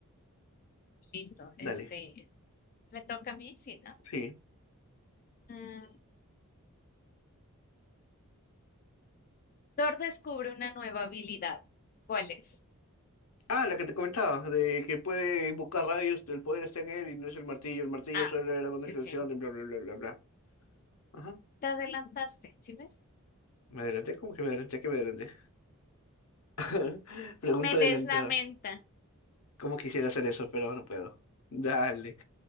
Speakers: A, on the left (about 40°); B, on the left (about 75°).
A: Listo,
B: Dale.
A: este, Me toca a mí, sí, ¿no?
B: Sí.
A: Mm, Thor descubre una nueva habilidad. ¿Cuál es?
B: Ah, la que te comentaba, de que puede invocar rayos, el poder está en él y no es el martillo. El martillo
A: Ah,
B: solo era una
A: sí,
B: extensión
A: sí.
B: de, bla, bla, bla, bla, bla. Ajá.
A: Te adelantaste, ¿sí ves?
B: ¿Me adelanté? ¿Cómo que me adelanté? que me adelanté? <laughs> Pregunta
A: Me lees
B: adelantada.
A: la menta.
B: ¿Cómo quisiera hacer eso? Pero no puedo. Dale.